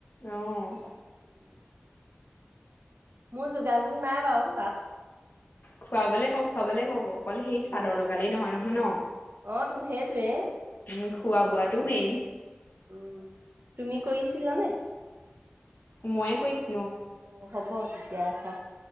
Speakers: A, on the left; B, on the right.
A: আহ
B: উম <inaudible> মোৰ যোগাযোগ নাই বাৰু তাত
A: খুৱাবলে কওক খুৱাবলে কওক অকল সেই চাদৰ
B: উম
A: লগাল নহয় নহয় হ ন'
B: অ তো সেইটোৱে
A: উম খোৱা বোৱাটো মেইন
B: উম তুমি কৰিছিলা নে?
A: ময়ে কৈছো
B: অ হ'ব তেতি এতিয়া ৰাখা